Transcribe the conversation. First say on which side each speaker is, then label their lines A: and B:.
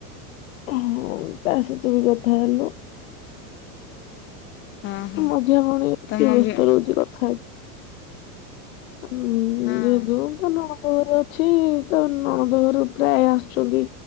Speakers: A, on the left; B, on the left.
A: ହଁ ତା ସହିତ ବି କଥା ହେଲୁ।
B: ହଁ ହଁ
A: ମଝିଆ କଣଛି
B: ତମ
A: ବ୍ୟସ୍ତ
B: ବି
A: ରହୁଛି କଥା ହୁଁ
B: ହଁ।
A: ଯେହେତୁ ତ ନଣଦହରେ ଅଛି ତା ନଣଦ ଘରୁ ପ୍ରାୟ ଆସୁଛନ୍ତି